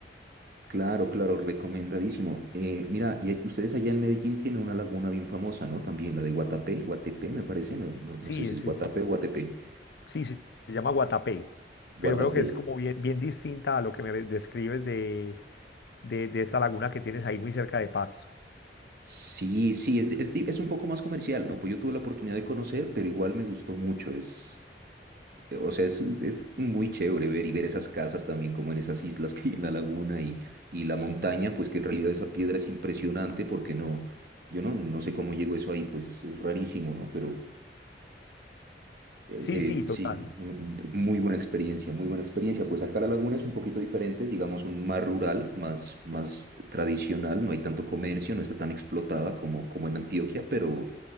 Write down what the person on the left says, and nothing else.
Sí,
ese
es-
sí, sí, se llama Guatapé, pero
creo que es como bien, bien distinta a lo que me describes de, de, de esta laguna que tienes ahí muy cerca de Pasto.
Sí,
sí,
total.